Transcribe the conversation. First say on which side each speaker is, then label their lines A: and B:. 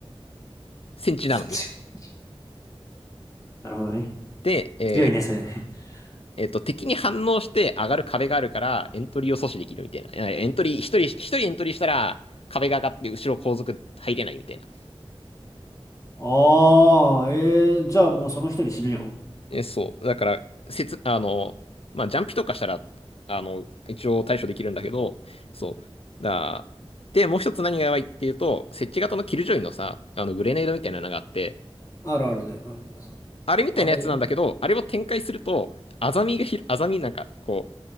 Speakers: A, on the left; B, on the left.
A: 戦地なのに。
B: <laughs> なるほどね。
A: で、えー
B: 強いね、それね。<laughs>
A: えっと、敵に反応して上がる壁があるから、エントリーを阻止できるみたいな。えエントリー、一人、一人エントリーしたら、壁が上がって後ろ後続入れないみたいな。
B: ああ、えー、じゃあもうその一人死ぬよ。
A: え、そう。だから、せつ、あの、まあ、ジャンピとかしたら、あの、一応対処できるんだけど、そう。だ、で、もう一つ何がやばいっていうと、設置型のキルジョイのさ、あの、グレネードみたいなのがあって、
B: あるあるね、あるね、そう。
A: あれみたいなやつなんだけど、
B: あれが。
A: あれを展開すると、アザミがひ、アザミなんか、こう、